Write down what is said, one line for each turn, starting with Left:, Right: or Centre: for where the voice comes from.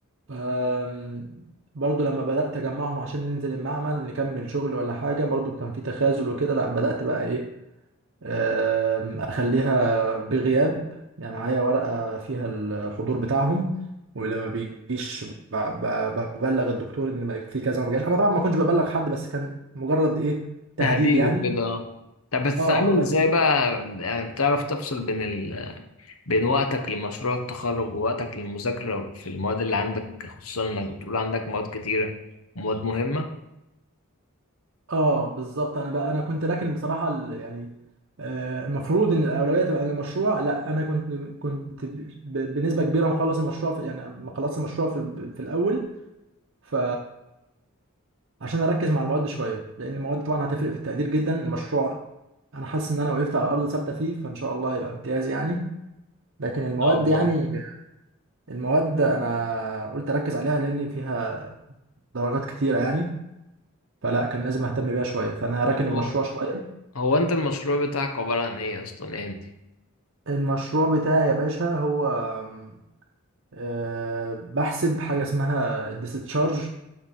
Right: آم، برضو لما بدأت أجمعهم عشان ننزل المعمل نكمل شغل ولا حاجة برضو كان في تخاذل وكده لا بدأت بقى إيه أم، اخليها بغياب يعني معايا ورقة فيها الحضور بتاعهم ولما بيجيش ب- ب- ببلغ الدكتور ان ما- في كذا ما جاش انا طبعا ما كنتش ببلغ حد بس كان مجرد ايه تهديد
Left: تهديد
Right: يعني
Left: وكده اه طب بتتعامل
Right: اه اه بس
Left: ازاي بقى يعني بتعرف تفصل بين ال... بين وقتك لمشروع التخرج ووقتك للمذاكرة في المواد اللي عندك خصوصا انك بتقول عندك مواد كتيرة ومواد مهمة ان
Right: اه بالظبط انا بقى انا كنت راكن بصراحة ال- يعني آه، المفروض ان الاولويه تبقى للمشروع لا انا كنت كنت ب- بنسبه كبيره مخلص المشروع في يعني مخلص المشروع في, في الاول ف عشان اركز مع المواد شويه لان المواد طبعا هتفرق في التقدير جدا المشروع انا حاسس ان انا وقفت على ارض ثابته فيه فان شاء الله هيبقى امتياز يعني لكن المواد
Left: شاء الله
Right: يعني المواد انا قلت اركز عليها لان فيها درجات كتيره يعني فلا كان لازم اهتم بيها شويه فانا هراكن
Left: طب
Right: المشروع شويه
Left: هو انت المشروع بتاعك عبارة عن ايه اصلا يا هندي
Right: المشروع بتاعي يا باشا هو آم، آه، بحسب حاجه اسمها الديستشارج